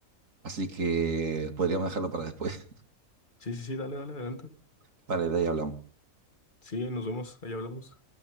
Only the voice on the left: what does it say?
Sí, sí, sí, dale, dale, adelante.
Sí, nos vemos, ahí hablamos.